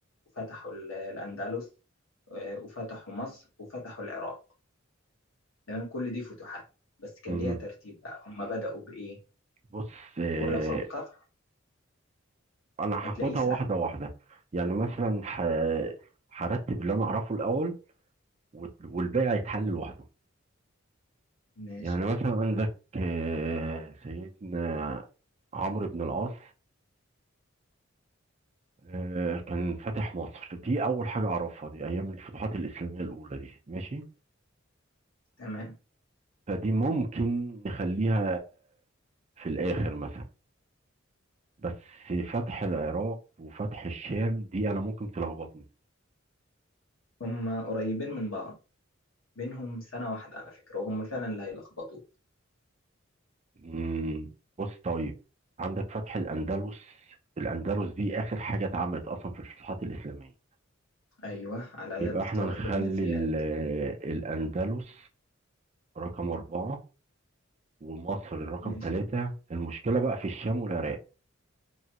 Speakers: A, on the left (about 85°); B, on the right (about 35°).
A: وفتحوا ال- الأندلس آه، وفتحوا مصر وفتحوا العراق يعني كل دي فتوحات بس كان
B: مم.
A: ليها ترتيب بقى هم بدأوا بإيه
B: بص آه،
A: ولو فكرت
B: انا
A: هتلاقيه
B: هاخدها
A: سهل
B: واحده واحده يعني مثلا ه- هرتب اللي انا اعرفه الاول وت- والباقي هيتحل لوحده
A: ماشي
B: يعني مثلا عندك آه، سيدنا عمرو بن العاص آه، كان فاتح مصر دي اول حاجه اعرفها دي ايام الفتوحات الاسلاميه الاولى دي ماشي
A: تمام
B: فدي ممكن نخليها في الاخر مثلا بس فتح العراق وفتح الشام دي انا ممكن تلخبطني
A: هم قريبين من بعض بينهم سنة واحدة على فكرة وهم فعلا اللي هيلخبطوك
B: مم، بص طيب عندك فتح الاندلس الاندلس دي اخر حاجه اتعملت اصلا في الفتوحات الاسلاميه
A: أيوه على
B: يبقى
A: يد
B: احنا
A: طارق
B: نخلي
A: بن زياد
B: ال- الاندلس رقم اربعه ومصر رقم
A: ماشي
B: ثلاثه المشكله بقى في الشام والعراق